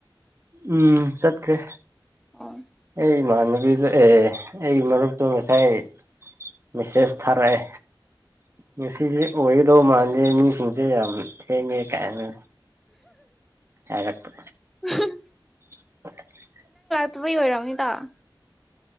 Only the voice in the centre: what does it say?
ꯑꯣ
ꯎꯝꯍꯝ
ꯇꯨꯕꯩ ꯑꯣꯏꯔꯥꯝꯅꯤꯇꯥ